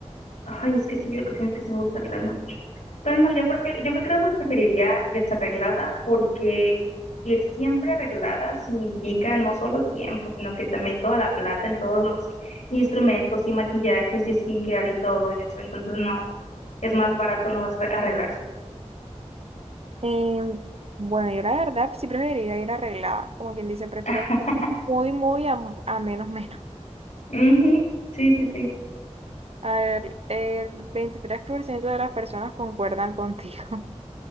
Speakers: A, on the left (about 90°); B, on the right (about 55°).
A: Ay, es que sí, hay ocasiones que sí me gusta arreglarme mucho. Pero no, yo prefiero, yo creo que preferiría desarreglada porque ir siempre arreglada significa no solo tiempo, sino que también toda la plata en todos los instrumentos y maquillajes y skincare y todo eso. Entonces, no. es más barato no vas a arreglarse.
B: Em, bueno, yo la verdad sí preferiría ir arreglada, como quien dice, prefiero
A: <laughs>
B: ir
A: Ah,
B: muy, muy a, a menos, menos.
A: ujú, Sí, sí, sí,
B: A ver, el 23% de las personas concuerdan contigo. <laughs>